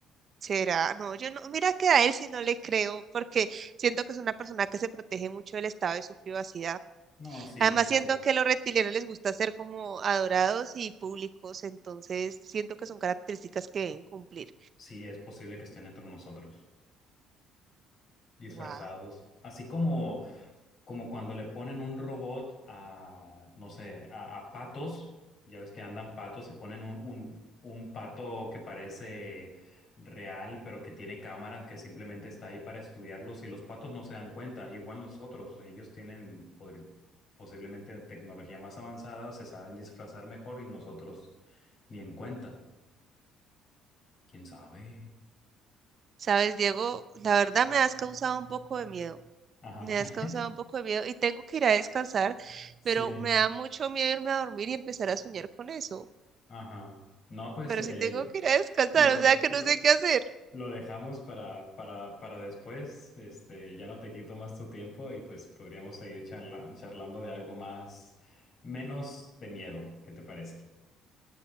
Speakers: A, on the right; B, on the left.
A: ¿Será? No, yo no. Mira que a él sí no le creo, porque siento que es una persona que se protege mucho del estado de su privacidad.
B: No, sí,
A: Además,
B: sí
A: siento
B: es cierto.
A: que a los reptilianos les gusta ser como adorados y públicos, entonces siento que son características que deben cumplir.
B: Sí, es posible que estén entre nosotros, disfrazados.
A: Wow.
B: Así como como cuando le ponen un robot a, no sé, a, a patos, ya ves que andan patos y ponen un, un, un pato que parece real, pero que tiene cámaras, que simplemente está ahí para estudiarlos y los patos no se dan cuenta, igual nosotros, ellos tienen podri- posiblemente tecnología más avanzada, se saben disfrazar mejor y nosotros ni en cuenta, quién sabe.
A: ¿Sabes, Diego? La verdad me has causado un poco de miedo.
B: Ajá,
A: Me
B: <laughs>
A: has causado un poco de miedo y tengo que ir a descansar,
B: sí,
A: pero me da mucho miedo irme a dormir y empezar a soñar con eso.
B: ajá. No, pues
A: Pero
B: eh,
A: sí tengo que ir a descansar,
B: lo de,
A: o sea que
B: lo-
A: no sé qué hacer.
B: Lo dejamos para, para, para después. Este, ya no te quito más tu tiempo y pues podríamos seguir charla- charlando de algo más, menos de miedo. ¿Qué te parece?